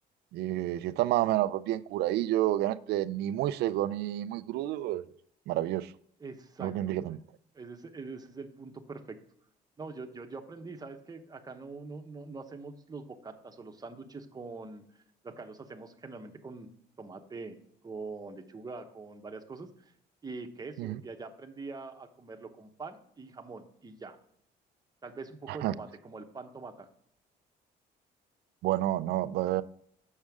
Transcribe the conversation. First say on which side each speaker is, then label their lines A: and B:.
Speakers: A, on the right; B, on the right.
A: y si está más o menos bien curadillo, que no esté ni muy seco ni muy crudo, pues maravilloso,
B: Exacto,
A: auténticamente.
B: eh, ese es, ese es el punto perfecto. No, yo, yo, yo aprendí, sabes que acá no, no, no, no hacemos los bocatas o los sándwiches con, acá los hacemos generalmente con tomate, con lechuga, con varias cosas y queso.
A: Ujú.
B: Y allá aprendí a, a comerlo con pan y jamón y ya. Tal vez un poco
A: <laughs>
B: de tomate, como el pan tomata.
A: Bueno, no, pues,